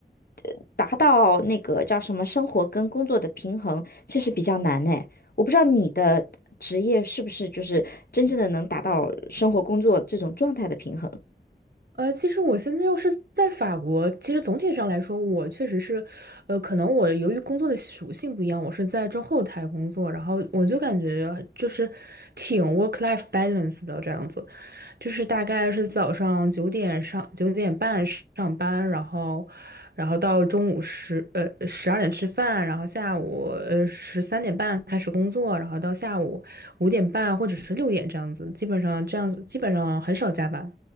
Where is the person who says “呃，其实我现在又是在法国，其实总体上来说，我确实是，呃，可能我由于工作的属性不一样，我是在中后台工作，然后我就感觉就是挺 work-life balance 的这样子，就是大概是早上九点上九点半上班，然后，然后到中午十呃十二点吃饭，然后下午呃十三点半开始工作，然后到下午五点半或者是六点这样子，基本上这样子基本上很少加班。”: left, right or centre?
Right